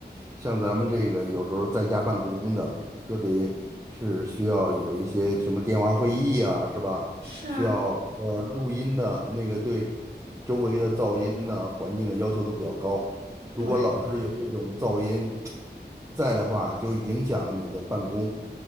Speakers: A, on the right; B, on the right.
A: 像咱们这个有时候在家办公的，特别是需要有一些什么电话会议啊，是吧？
B: 是啊，
A: 需要呃录音的那个对周围的噪音呢、环境的要求都比较高。如果老是有这种噪音
B: 对。
A: 在的话，就影响你的办公。